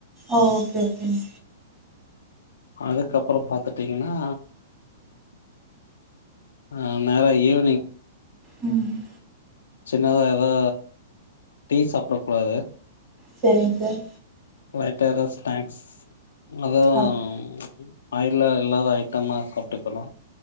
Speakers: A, on the right; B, on the left.
A: ஓ ஓகே ஓகேங்க
B: அதுக்கப்பற பாத்துட்டீங்கனா ஆ நேரா ஈவ்னிங்
A: ம்
B: சின்னதா எதா டீ சாப்டக் கூடாது
A: செரிங் சார்
B: லைட்டா எதாவ்து ஸ்நாக்ஸ் அதுவு
A: சார் ஓகே
B: எப்டி ஆயில்லா இல்லாத ஐட்டம்மா சாப்ட்டுக்கணு